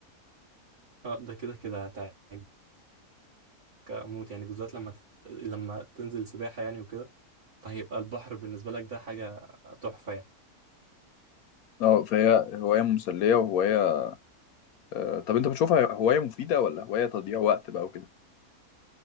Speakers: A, on the right; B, on the left.
A: اه ده كده كده هتعجبك موت يعني بالذات لما تت... لما تنزل سباحة يعني وكده فهيبقى البحر بالنسبة لك ده حاجة تحفة يعني
B: اه فهي هواية مسلية وهواية آه، طب انت بتشوفها هواية مفيدة ولا هواية تضييع وقت بقى وكده